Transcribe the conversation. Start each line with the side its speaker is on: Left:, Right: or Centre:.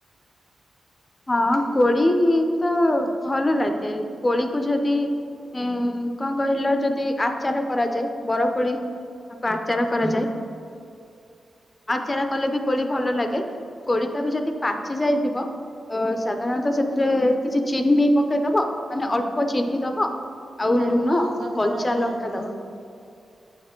Left: ହଁ
Right: ଏଇଆ
Left: କୋଳି
Right: ଆଉ।
Left: ତ ଭଲ ଲାଗେ କୋଳି କୁ ଯଦି ହୁଁ କଣ କହିଲ ଯଦି ଆଚାର କରାଯାଏ ବର କୋଳି ତାକୁ ଆଚାର
Right: ହଁ
Left: କରାଯାଏ। ଆଉ ଚେରା କଲେ ବି କୋଳି ଭଲ ଲାଗେ କୋଳିଟା ବି ଯଦି ପାଚି ଯାଇଥିବ। ଅ ସାଧାରଣତଃ ସେଥିରେ କିଛି ଚିନି ନେଇ ପକେଇଦବ ମାନେ ଅଳ୍ପ ଚିନି ଦବ। ଆଉ
Right: ନା
Left: ଲୁଣ,
Right: ତମେ ଅସାଧାରଣତ୍ଵରେ
Left: କଞ୍ଚା ଲଙ୍କା
Right: କୁହ
Left: ଦବା।